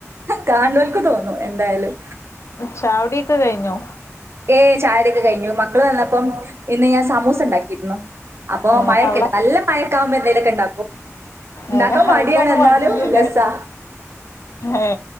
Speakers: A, on the right; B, on the left.
A: കാണുന്നവൾക്ക് തോന്നും എന്തായാലും
B: ചാ കുടിയൊക്കെ കഴിഞ്ഞോ
A: ഏയ് ചായ കുടിയൊക്കെ കഴിഞ്ഞു മക്കള് വന്നപ്പം ഇന്ന് ഞാൻ സമൂസ ഉണ്ടാക്കിയിരുന്നു അപ്പൊ
B: ഏ
A: മഴയൊക്കെല്ലേ
B: അവിടെ
A: നല്ല മഴയൊക്കാകുമ്പോ എന്തേലൊക്കെ ഉണ്ടാക്കും ഉണ്ടാക്കാൻ
B: ഏ
A: മടിയാണ്
B: അയിലൊന്നും
A: എന്നാലും
B: മടിയില്ലല്ലേ
A: രസാ
B: ഏ